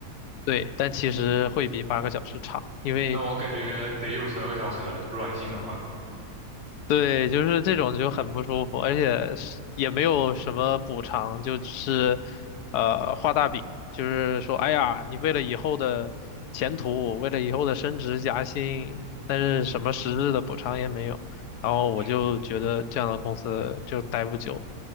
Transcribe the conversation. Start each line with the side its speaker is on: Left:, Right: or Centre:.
Left: 对，但其实会比八个小时长，因为
Right: 那我感觉得有十二个小时了，软性的话，
Left: 对，就是这种就很不舒服，而且是也没有什么补偿，就是呃画大饼，就是说，哎呀，你为了以后的前途，为了以后的升职加薪，但是什么实质的补偿也没有，然后我就觉得这样的公司就待不久了。
Right: 嗯